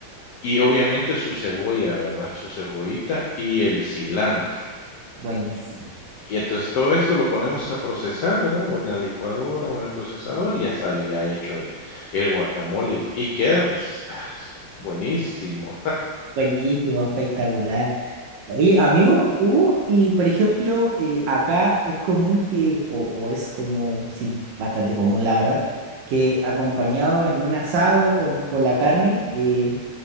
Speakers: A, on the left (about 80°); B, on the right (about 75°).
A: Y obviamente su cebolla, ¿verdad? Su cebollita y el cilantro.
B: Buenísimo.
A: Y entonces todo esto lo ponemos a procesar, ¿verdad? O en la licuadora o en el procesador y ya sale ya hecho el el guacamole y y queda, pues, ah, buenísimo.
B: Buenísimo, espectacular. Oye, amigo, hubo, y por ejemplo, eh, acá es común que, o, o es como, sí, bastante común la verdad, que acompañado en un asado con, con la carne, eh,